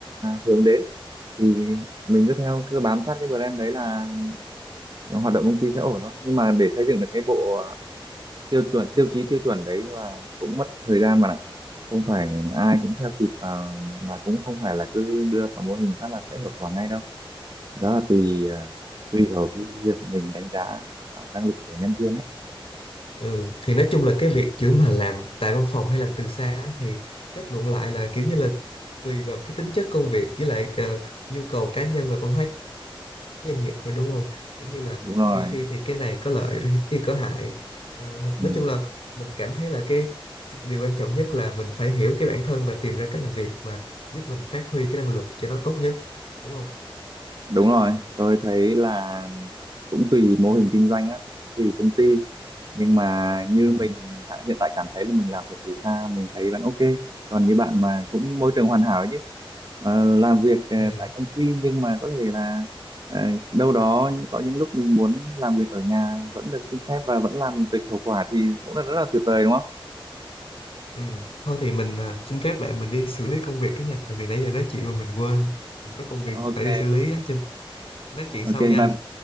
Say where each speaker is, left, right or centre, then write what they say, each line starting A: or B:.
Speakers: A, on the right (about 50°); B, on the left (about 80°).
A: hướng đến thì mình cứ theo cứ bám sát cái brand đấy là hoạt động công ty sẽ ổn thôi nhưng mà để xây dựng được cái bộ tiêu chuẩn tiêu chí tiêu chuẩn đấy là cũng mất thời gian mà ạ không phải ai cũng theo kịp và mà cũng không phải là cứ đưa vào mô hình phát là sẽ hiệu quả ngay đâu cái đó là tùy à, tùy vào cái việc mình đánh giá vào năng lực của nhân viên ấy
B: Ừ, thì nói chung là cái việc chữ mà làm tại văn phòng hay làm từ xa á, thì kết luận lại là kiểu như là tùy vào cái tính chất công việc với lại ờ, nhu cầu cá nhân và văn hóa doanh nghiệp thôi đúng không? Kiểu như là
A: đúng rồi
B: đôi khi thì cái này có lợi, đôi khi có hại. Ờ, nói
A: ừ.
B: chung là mình cảm thấy là cái điều quan trọng nhất là mình phải hiểu cái bản thân và tìm ra cách làm việc mà giúp mình phát huy cái năng lực cho nó tốt nhất, đúng không?
A: đúng rồi tôi thấy là cũng tùy mô hình kinh doanh á tùy công ty nhưng mà như
B: Ừ,
A: mình hạ- hiện tại cảm thấy là mình làm việc từ xa mình thấy vẫn ok còn như bạn mà cũng môi trường hoàn hảo ấy chứ Ờ, làm việc ờ,
B: ừ.
A: tại công ty nhưng mà có thể là ờ, đâu đó có những lúc mình muốn làm việc ở nhà vẫn được xin phép và vẫn làm tùy hiệu quả thì cũng là rất là tuyệt vời đúng không?
B: Ừ. Thôi thì mình à, xin phép bạn mình đi xử lý công việc cái nhà tại vì nãy giờ nói chuyện mà mình quên mình có công việc
A: Ok.
B: phải đi xử lý á chứ nói chuyện sau
A: ok
B: nha
A: bye